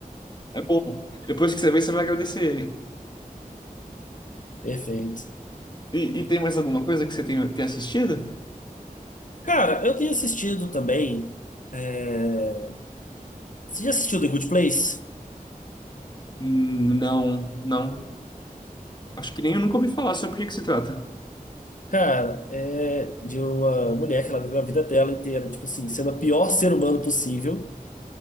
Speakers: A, on the left; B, on the left.
A: É bom. Depois que você vê, você vai agradecer ele.
B: Perfeito.
A: E, e tem mais alguma coisa que você tem, tem assistido?
B: Cara, eu tenho assistido também. é, Você já assistiu The Good Place?
A: Hum, Não, não. Acho que nem eu nunca ouvi falar sobre o que que se trata.
B: Cara, é de uma mulher que ela viveu a vida dela inteira, tipo assim, sendo a pior ser humano possível.